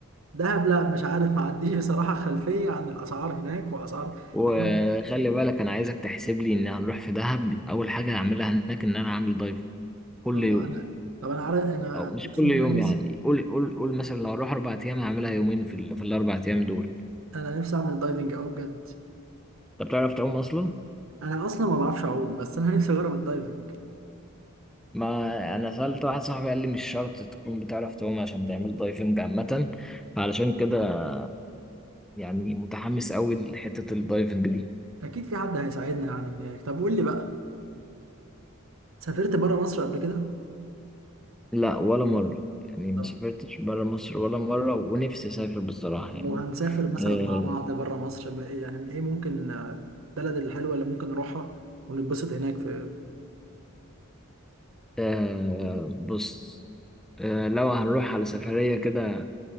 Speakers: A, on the right; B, in the centre.
A: دهب لا مش عارف ما عنديش بصراحة خلفية عن الأسعار هناك وأسعار
B: وخلي
A: لأن-
B: بالك انا عايزك تحسب لي ان هنروح في دهب اول حاجه هعملها هناك ان انا هعمل دايفنج كل
A: آه،
B: يوم
A: أنا طب أنا عارف أنا
B: او مش
A: أقسم
B: كل يوم
A: بالله نفسي
B: يعني قول قول قول مثلا لو هروح اربع ايام هعملها يومين في, ال... في الاربع ايام دول
A: أنا نفسي أعمل دايفنج أوي بجد
B: انت بتعرف تعوم اصلا
A: انا اصلا ما بعرفش اعوم بس انا نفسي اجرب الدايفنج
B: ما انا سألت واحد صاحبي قال لي مش شرط تكون بتعرف تعوم عشان تعمل دايفنج عامة فعلشان كده يعني متحمس قوي لحتة الدايفنج دي
A: اكيد في حد هيساعدنا يعني هناك طب قول لي بقى سافرت بره مصر قبل كده
B: لا ولا مرة يعني ما
A: طب
B: سافرتش برا مصر ولا مرة ونفسي اسافر بصراحة
A: لو
B: يعني
A: هنسافر مثلا
B: آه
A: مع بعض بره مصر م- يعني ايه ممكن آه، البلد الحلوه اللي ممكن نروحها ونتبسط هناك في
B: آه بص آه لو هنروح على سفرية كده